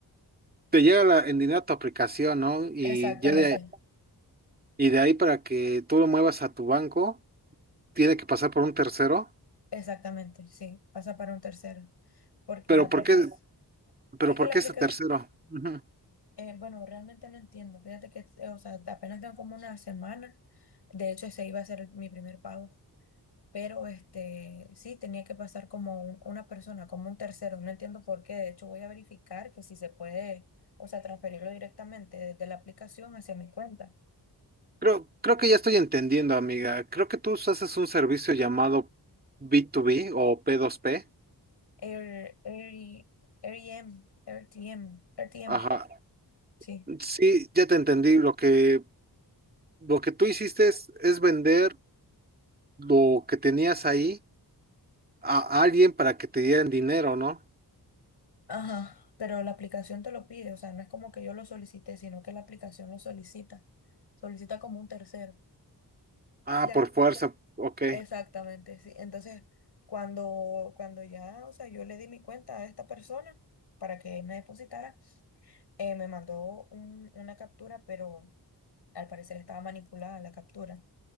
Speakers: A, on the right; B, on the left.
A: Te llega la, en dinero a tu aplicación, ¿no? Y
B: exactamente,
A: ya de, y de ahí para que tú lo muevas a tu banco, tiene que pasar por un tercero.
B: exactamente, sí, pasa para un tercero, porque
A: Pero
B: la aplicas.
A: ¿por qué, pero
B: Es
A: ¿por
B: que la
A: qué
B: aplicas,
A: este tercero? Ujú.
B: eh, bueno, realmente no entiendo. Fíjate que, eh, o sea, apenas tengo como una semana. De hecho, ese iba a ser mi primer pago. Pero este, sí, tenía que pasar como un- una persona, como un tercero. No entiendo por qué. De hecho, voy a verificar que si se puede, o sea, transferirlo directamente desde la aplicación hacia mi cuenta.
A: Creo, creo que ya estoy entendiendo, amiga. Creo que tú haces un servicio llamado B2B o p dos p
B: Air, Air- AirTM, RTM, RTM,
A: Ajá.
B: sí.
A: Sí, ya te entendí. Lo que, lo que tú hiciste es, es vender lo que tenías ahí a alguien para que te dieran dinero, ¿no?
B: Ajá, pero la aplicación te lo pide, o sea, no es como que yo lo solicité, sino que la aplicación lo solicita. Solicita como un tercero.
A: Ah,
B: Ya.
A: por fuerza, ok,
B: Exactamente, sí. Entonces, cuando, cuando ya, o sea, yo le di mi cuenta a esta persona para que me depositara, eh, me mandó un- una captura, pero al parecer estaba manipulada la captura